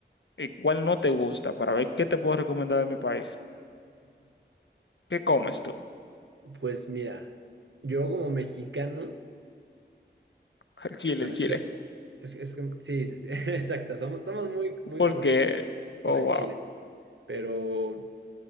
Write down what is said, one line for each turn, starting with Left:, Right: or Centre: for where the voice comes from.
Left: y cuál no te gusta para ver qué te puedo recomendar de mi país. ¿Qué comes tú?
Right: Pues mira, yo como mexicano,
Left: <laughs> El chile,
Right: bueno,
Left: el chile.
Right: es que, es, es que- sí, sí, sí, <laughs> exacto, somos, somos muy, muy
Left: Porque,
Right: conocidos
Left: oh,
Right: por el
Left: wow.
Right: chile, pero...